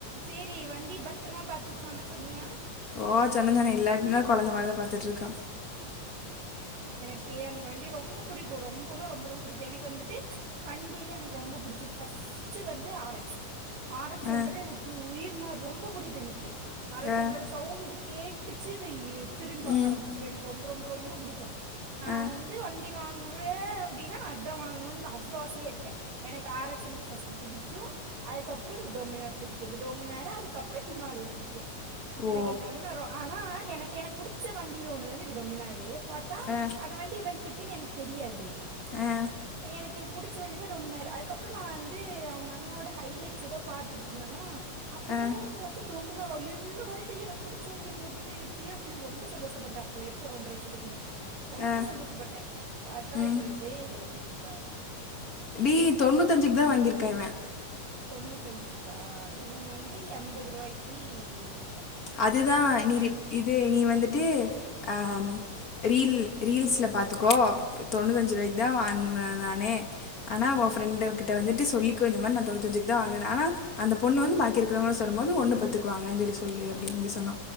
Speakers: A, on the right (about 75°); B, on the left (about 40°).
A: சேரி வண்டிய பத்திரமா பாத்துக்க சொன்னே சொன்னியா
B: ஓ சொன்ன சொன்ன இல்லாட்ன்னா கொழந்த மாரிதா பாத்துட்ருக்கா
A: ஏ அந்த வண்டிய ரொம்ப புடிக்கோ ரொம்பனா ரொம்ப ரொம்ப புடிக்கோ எனக்கு வந்துட்டு வண்டில எனக்கு ரொம்ப பிடிச்சது ஃபஸ்ட்டு வந்து ஆர்எக்ஸ் ஆரெக்ஸ் சென்டுரு
B: ஆ
A: எனக்கு உயிர் ம்மா ரொம்ப புடிக்கோ எனக்கு ஆரெக்ஸ்
B: ஆ
A: சென்ட்ர் ஓட சவுண்டு கேட்டுச்சி வெய்யி திரும்பாக்க
B: ம்
A: ஆரம்பிச்சிடோ எனக்கு ரொம் ரொம்ப ரொம்ப புடிக்கு நா
B: ஆ
A: வந்து வண்டி வாங் முரே அப்பிடின்னா அத்தா வாங்கணுன் அவ்ளோ ஆசையா இருக்கே எனக்கு ஆரக்ஸ்ந்த ஃபஸ்ட்டு புடிக்கு கியு அதுக்கப்புறோ இந்த டோமினார் புடிக்கு இந்த டோமினார அதுக்கப்புறோ ஹிமாலயா புடிக்கு எனக்கு
B: ஓ
A: இந்த ரொம்ப நோமினார் ஆனா என எனக்கு புடிச்ச வண்டியில ஒன்னுதான இது ரொமினாடே பாத்தா
B: ஆ
A: அந்த வண்டி வென்றுக் க்கின் எனக்கு தெரியாதே
B: ஆ
A: எனக்கு இது புடிச்ச வண்டிதா ரோமினாரு அதுக்கப்புறோ நா வந்து அவுங்க அண்ணனோட ஹைலைட்ஸ் ஏதோ பாத்துட்டுருந்தேன்னா அப்பதா
B: ஆ
A: பாத்துன் ரோமினார என்னடா இத எனக்கு பிடிச்ச வண்டிங்கிட்ட இவுங்ககிட்ட இருக்கே அப்பிடின் ரொம்ப சந்தோஷப்பட்ட அப்ப ப்போ ஒன்டற வருஷத்துக்கு முன்னாடி ரொம்ப
B: ஆ
A: சந்தோஷப்பட்டே பாத்தா
B: ம்
A: இப்ப இந்து திட்டாங்க
B: டி தொண்ணூத்து அஞ்சுக்குதா வாங்கியிருக்கா இவே
A: தொண்ணூத்தி அஞ்சுக்கா இவுங்க வந்து எண்பது ரூவாய்க் கிவ்
B: அதுதா நீருப் இது நீ வந்துட்டு ஆ ம் ரீல் ரீல்ஸூல பாத்துக்கோ தொண்ணூத்தஞ்சு ரூவாய்க்குதா வாங்கினே நானே ஆனா ஒ ஃபிரெண்ட்கிட்ட வந்துட்டு சொல்லிக்கோ இந்த மாரி தொன்னுத்தஞ்சிக்குதா வாங்கன்னா ஆனா அந்த பொண்ணு வந்து பாக்கி இருக்குறவங்கள சொல்லு போது ஒன்னு பத்துக்குவாங்க சொல்லி சொல்லு அப்பிடின் சொல்லி சொன்னா